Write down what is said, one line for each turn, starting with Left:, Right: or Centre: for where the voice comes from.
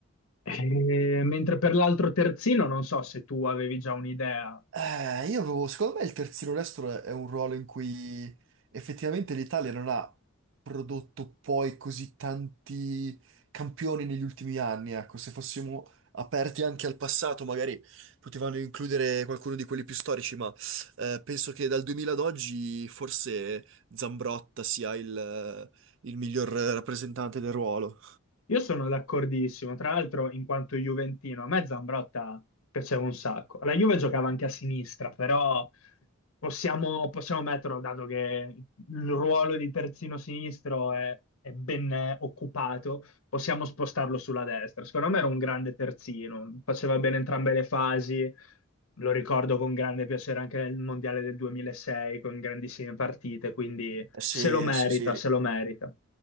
Left: E- mentre per l'altro terzino, non so se tu avevi già un'idea,
Right: Eh, io avevo, secondo me il terzino destro è, è un ruolo in cui effettivamente l'Italia non ha prodotto poi così tanti campioni negli ultimi anni. Ecco, se fossimo aperti anche al passato, magari potevano includere qualcuno di quelli più storici, ma eh, penso che dal 2000 ad oggi forse Zambrotta sia il il miglior rappresentante del ruolo.
Left: Io sono d'accordissimo, tra l'altro in quanto juventino, a me Zambrotta piaceva un sacco. La Juve giocava anche a sinistra, però possiamo, possiamo metterlo, dato che il ruolo di terzino sinistro è, è ben eh, occupato, possiamo spostarlo sulla destra. Secondo me era un grande terzino, faceva bene entrambe le fasi, lo ricordo con grande piacere anche nel Mondiale del 2006, con grandissime partite, quindi
Right: Eh, Sì,
Left: se lo merita,
Right: sì, sì,
Left: se lo merita.